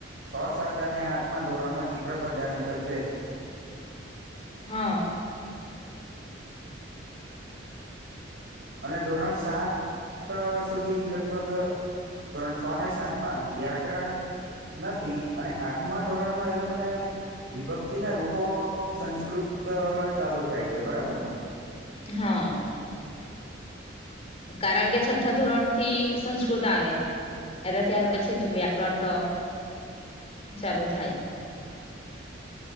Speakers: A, on the right; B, on the left.
A: છ, સાત અને આઠમા ધોરણમાં ચિત્રપદાની તો છે જ.
B: હા.
A: અને ધોરણ સાત સુધી લગભગ ધોરણ છ ને સાત માં વ્યાકરણ નથી અને આઠમા ધોરણમાં એ લોકોને વિભક્તિ ના રૂપો સંસ્કૃતમાં ચાલુ થાય છે બરાબર ને.
B: હા. કારણ કે છઠ્ઠા ધોરણ થી સંસ્કૃત આવે. એટલે ત્યાર પછી જ વ્યાકરણ તો ચાલુ થાય.